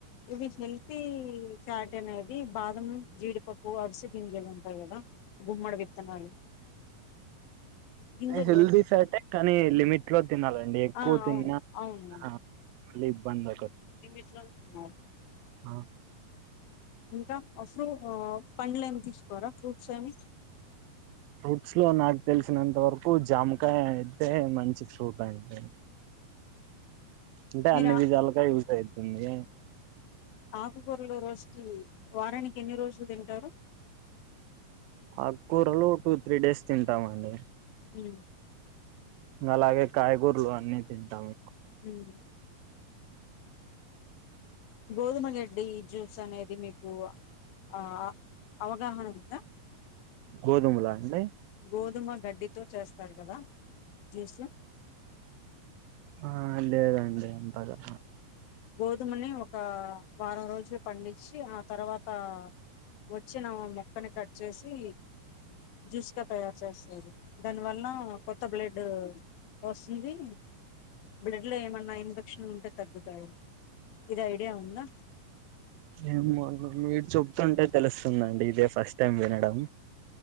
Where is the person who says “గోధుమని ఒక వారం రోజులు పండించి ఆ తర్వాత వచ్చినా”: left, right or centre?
Left